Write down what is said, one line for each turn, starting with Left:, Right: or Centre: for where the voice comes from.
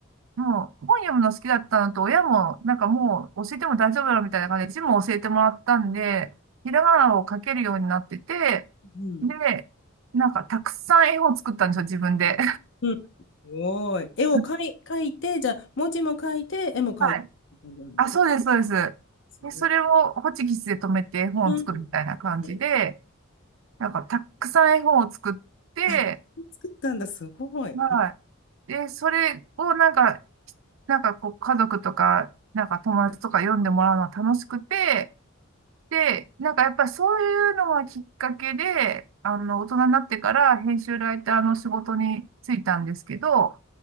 Right: もう本読むの好きだったのと、親も、なんかもう教えても大丈夫だろうみたいな感じで、字も教えてもらったんで、ひらがなを書けるようになってて、
Left: うん。
Right: で、なんか、たくさん絵本を作ったんですよ、自分で。
Left: うん。すごい。
Right: <laughs>
Left: 絵を描い、描いて、じゃあ、文字も書いて、絵も描いて、
Right: はい。
Left: みたいな感じなんですか
Right: あ、そうです、そうです。
Left: すごい。
Right: で、それをホチキスで止めて絵本を作るみたいな感じで、
Left: うん。ね
Right: なんか、たくさん絵本を作って、
Left: あ、作ったんだ、すごい。
Right: はい。で、それをなんか、なんかこう家族とか、なんか友達とか読んでもらうのは楽しくて、で、なんかやっぱりそういうのがきっかけで、あの、大人になってから編集ライターの仕事に就いたんですけど、